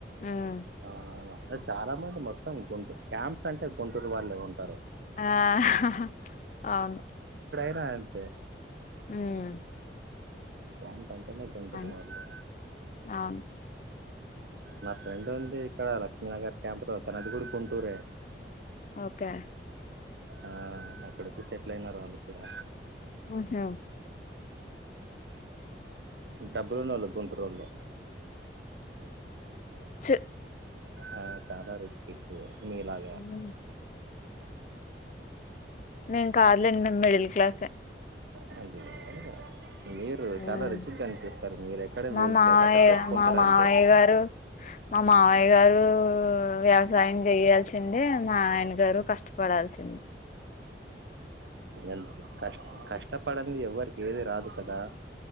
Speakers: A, on the left; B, on the right.
A: ఉమ్
B: ఆహా అవును చాలా మంది మొత్తం గుంటూరు క్యాంప్స్ అంటే గుంటూరు వాళ్ళే ఉంటారు
A: ఆహాహా అవున్
B: కుడా అంతే
A: ఉమ్
B: క్యాంప్ అంటేనే గుంటూరు
A: అన్
B: వాళ్ళు
A: అవును
B: నా ఫ్రెండ్ ఉంది ఇక్కడ లక్ష్మీనగర్ క్యాంప్ లో తనది కూడా గుంటూరే.
A: ఓకే
B: ఆ అక్కడ వచ్చి సెటిల్ అయినారు వాళ్ళు ఇప్పుడు
A: ఆహా
B: డబ్బులున్నోళ్ళు గుంటూరోళ్ళు
A: చ్
B: ఆ చాలా రిచ్ కిడ్స్ మీలాగా
A: ఉమ్ మేము కాదులెండి, మేమ్ మిడిల్ క్లాసె
B: త లేదు మీరు
A: ఉమ్
B: చాలా రిచిక్గా కనిపిస్తారు మీరు ఎక్కడ
A: మా
B: మ్యూజక్
A: మావయ్య
B: క్లాస్ అట్ట చెప్పుకుంటారు
A: మా మావయ్య
B: అంతే
A: గారు మా మావయ్య
B: ఉమ్.
A: గారు వ్యవసాయం చేయల్సిందే మా ఆయన గారు కష్టపడాల్సింది
B: ఎంత కష్ట కష్టపడంది ఎవరికి ఏది రాదు కదా